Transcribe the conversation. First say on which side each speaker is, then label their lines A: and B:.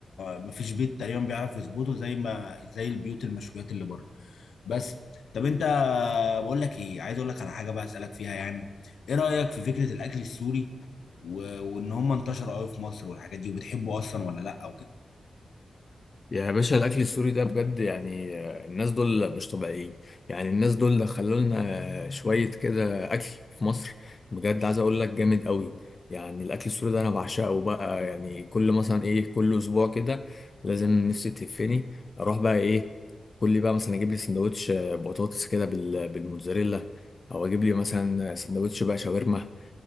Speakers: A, on the left; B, on the left.
A: مفيش بيت تقريبا بيعرف يظبطه زي ما زي البيوت المشويات اللي بره بس طب انت بقول لك ايه عايز اقول لك على حاجه بقى اسالك فيها يعني ايه رايك في فكره الاكل السوري و... وان هم انتشروا قوي في مصر والحاجات دي وبتحبه اصلا ولا لا او كده
B: يا باشا الاكل السوري ده بجد يعني آه، الناس دول مش طبيعيين يعني الناس دول دخلوا لنا شويه كده اكل في مصر بجد عايز اقول لك جامد قوي يعني الاكل السوري ده انا بعشقه بقى يعني كل مثلا ايه كل اسبوع كده لازم نفسي تهفني اروح بقى ايه كل بقى مثلا اجيب لي سندوتش آه، بطاطس كده بال- بالموتزاريلا او اجيب لي مثلا سندوتش بقى شاورما